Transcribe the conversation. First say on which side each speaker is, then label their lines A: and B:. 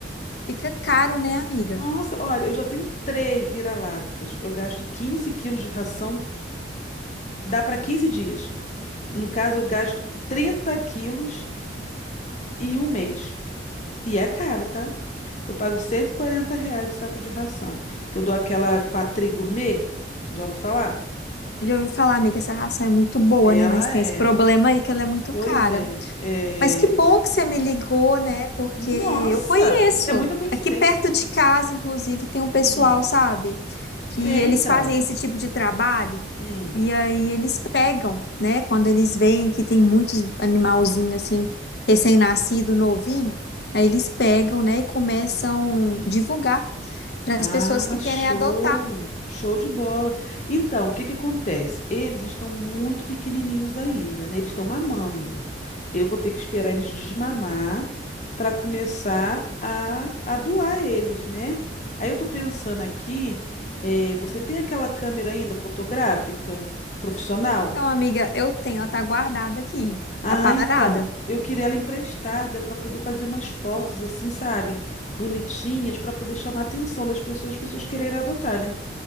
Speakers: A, on the left; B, on the left.
A: Fica caro, né, amiga?
B: Nossa, olha, eu já tenho três vira-latas. Eu gasto 15 quilos de ração, dá para 15 dias. No caso, eu gasto 30 quilos em um mês. E é caro, tá? Eu pago 140 reais o saco de ração. Que eu dou aquela Quatri Gourmet. Já ouvi falar?
A: Já ouvi falar, amiga, essa ração é muito boa,
B: Ela
A: né? Mas tem
B: é.
A: esse problema aí que ela é muito
B: Pois
A: cara.
B: é. É.
A: Mas que bom que você me ligou, né? Porque
B: Nossa!
A: eu conheço.
B: É muita coincidência.
A: Aqui perto de casa, inclusive, tem um pessoal,
B: Hum.
A: sabe? Que
B: É,
A: eles
B: então.
A: fazem esse tipo de trabalho.
B: hum.
A: E aí eles pegam, né? Quando eles veem que tem muitos animalzinhos, assim, recém-nascido, novinho. Aí eles pegam, né? E começam a divulgar para
B: Ah,
A: as pessoas que
B: show!
A: querem adotar.
B: Show de bola. Então, o que que acontece? Eles estão muito pequenininhos ainda, né? Eles estão mamando. Eu vou ter que esperar eles desmamar para começar a, a doar eles, né? Aí eu tô pensando aqui, eh, você tem aquela câmera ainda fotográfica profissional?
A: Então, amiga, eu tenho, ela tá guardada aqui.
B: Ah,
A: Tá parada.
B: então, eu queria ela emprestada para poder fazer umas fotos assim, sabe? Bonitinhas para poder chamar a atenção das pessoas, as pessoas quererem adotar, né?